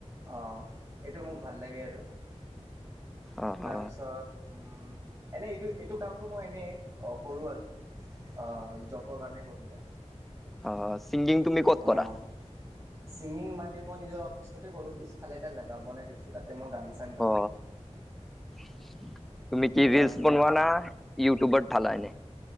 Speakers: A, on the right (about 25°); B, in the centre.
A: অ। এইটো মোক ভাল লাগে আৰু
B: অ
A: তাৰপিছত
B: অ
A: উম এনেই এইটো এইটো কামটো মই এনে অ কৰোঁ আৰু। অহ, জপৰ কাৰনে ক'তো বাচ।
B: অহ, চিং গিং তুমি ক'ত
A: অ'।
B: কৰা?
A: ছিংগিং মানে মই নিজৰ অফিচতে কৰো পিছফালে এটা জাগা বনাই থৈছো তাত। তাতে মই গান চান গাও।
B: অ <inaudible> তুমি কি ৰিলছ
A: জুবিন
B: বনোৱা না ইউটিউবত ধালা এনে?